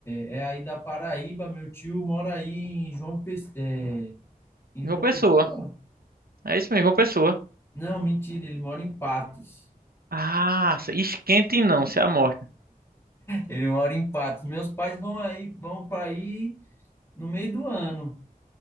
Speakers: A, on the left (about 20°); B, on the right (about 85°).
A: é aí da Paraíba, meu tio mora aí em João, Pes- é, em
B: João
A: João
B: Pessoa.
A: Pessoa?
B: É isso mesmo, João Pessoa.
A: Não, mentira, ele mora em Patos.
B: Ah, esquente não, se amostra.
A: Ele mora em Patos. Meus pais vão aí, vão para aí no meio do ano.